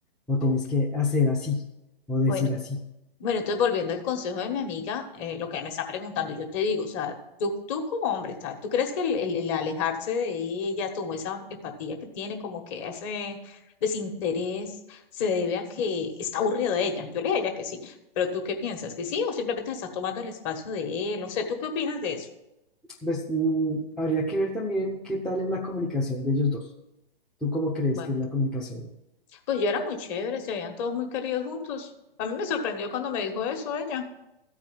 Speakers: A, in the centre; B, on the left.
A: o
B: Ok,
A: tienes que hacer así, o decir
B: Bueno,
A: así.
B: bueno, entonces volviendo al consejo de mi amiga, eh, lo que ella me está preguntando, yo te digo, o sea, tú, tú como hombre, o sea, ¿tú crees que el, el- el alejarse de ella, como esa empatía que tiene, como que ese desinterés, se debe a que está aburrido de ella? Yo le diría a ella que sí, pero ¿tú qué piensas? ¿Que sí o simplemente estás tomando el espacio de él? No sé, ¿tú qué opinas de eso?
A: Pues mm, habría que ver también qué tal es la comunicación de ellos dos. ¿Tú cómo crees
B: Bueno,
A: que es la comunicación?
B: pues yo era muy chévere, se habían todos muy queridos juntos. A mí me sorprendió cuando me dijo eso ella.